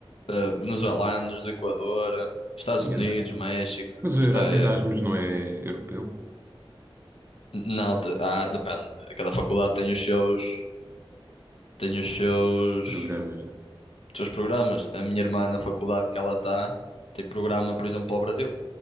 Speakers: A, on the left (about 80°); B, on the right (about 25°).
A: eh, venezuelanos, do Equador, Estados
B: Sim,
A: Unidos,
B: é bem.
A: México.
B: Mas o
A: Isto
B: Era-
A: é.
B: Erasmus não é europeu?
A: Não, te- ah, depende. Cada faculdade tem os seus, tem os seus,
B: Programas, né?
A: os seus programas. A minha irmã, na faculdade que ela está, tem programa, por exemplo, para o Brasil